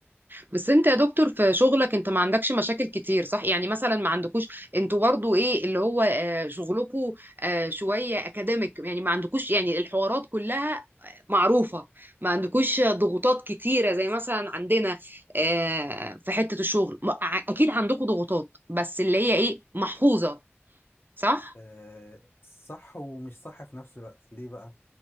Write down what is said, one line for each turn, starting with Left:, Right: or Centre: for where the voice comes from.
Right: بس انت يا دكتور في شغلك انت ما عندكش مشاكل كتير صح يعني مثلا ما عندكوش انتوا برضو ايه اللي هو آه، شغلكوا آه، شوية اكاديميك يعني ما عندكوش يعني الحوارات كلها معروفة ما عندكوش ضغوطات كتيرة زي مثلا عندنا آه، في حتة الشغل ما- اكيد عندكوا ضغوطات بس اللي هي ايه محفوظة صح
Left: آه، صح ومش صح في نفس الوقت ليه بقى؟